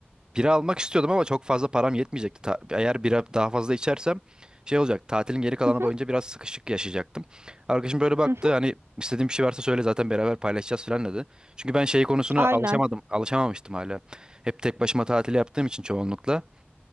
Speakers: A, on the right; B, on the right.
A: bira almak istiyordum ama çok fazla param yetmeyecekti. Ta- eğer bira daha fazla içersem şey olacak tatilin geri kalanı
B: hı
A: boyunca biraz sıkışık yaşayacaktım. Arkadaşım böyle baktı
B: hı hı.
A: hani istediğin bir şey varsa söyle zaten beraber paylaşacağız falan dedi. Çünkü ben şey konusuna
B: Aynen.
A: alışamadım alışamamıştım hala. Hep tek başıma tatil yaptığım için çoğunlukla